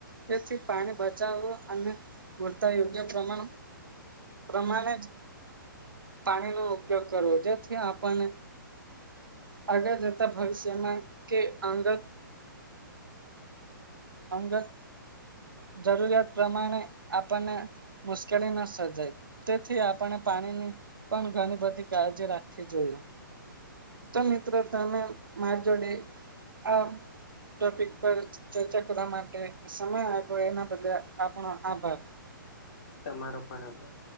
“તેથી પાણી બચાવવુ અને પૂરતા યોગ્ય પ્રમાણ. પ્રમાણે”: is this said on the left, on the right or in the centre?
Right